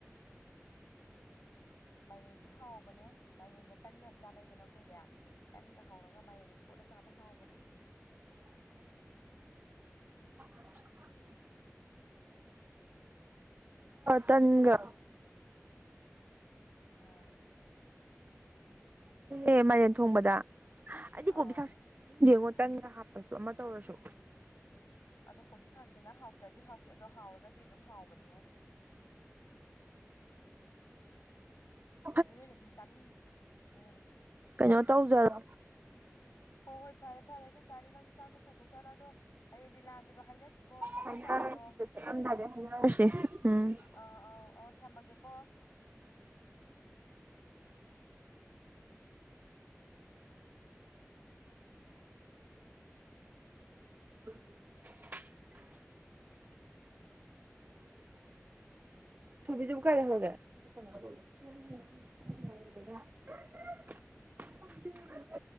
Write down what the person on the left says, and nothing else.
ꯃꯥꯏꯔꯦꯟꯁꯨ ꯍꯥꯎꯕꯅꯦ ꯃꯥꯏꯔꯦꯟꯒ ꯇꯟꯒ ꯌꯥꯝ ꯆꯥꯟꯅꯩꯗꯅ ꯑꯩꯈꯣꯏꯗꯤ ꯇꯟꯒ ꯍꯧꯔꯒ ꯃꯥꯏꯔꯦꯡꯒ ꯀꯣꯠꯂ ꯆꯥꯕ ꯍꯥꯎꯕꯅꯦ
ꯑꯥ
ꯑꯥꯎ
ꯑꯗꯣ ꯀꯣꯕꯤ ꯁꯥꯛꯁꯦꯅ ꯍꯥꯎꯇ꯭ꯔꯗꯤ ꯍꯥꯎꯇꯦ ꯑꯗꯣ ꯍꯥꯎꯔꯒꯗꯤ ꯑꯗꯨꯝ ꯍꯥꯎꯕꯅꯤꯍꯦ
ꯑꯗꯨ ꯅꯣꯏꯅ ꯁꯨꯝ ꯆꯥꯅꯤꯡ ꯎꯝ
ꯍꯣ ꯍꯣꯏ ꯐꯔꯦ ꯐꯔꯦ ꯑꯗꯨ ꯑꯣꯏꯇꯥꯔꯗꯤ ꯅꯪꯁꯨ ꯆꯥꯛꯗꯣ ꯊꯣꯡꯗꯣꯛꯆꯔꯣ ꯑꯗꯣ ꯍꯌꯦꯡꯗꯤ ꯂꯥꯡꯒꯤꯗꯣ ꯍꯥꯏꯅꯁꯤꯀꯣ ꯆꯠꯂꯝꯗꯥꯏꯒꯤꯗꯣ
ꯑꯥ
ꯑꯥꯎ ꯑꯥꯎ ꯊꯝꯃꯒꯦꯀꯣ
ꯃꯈꯣꯟ ꯃꯇꯥ ꯊꯣꯛꯇꯔꯦ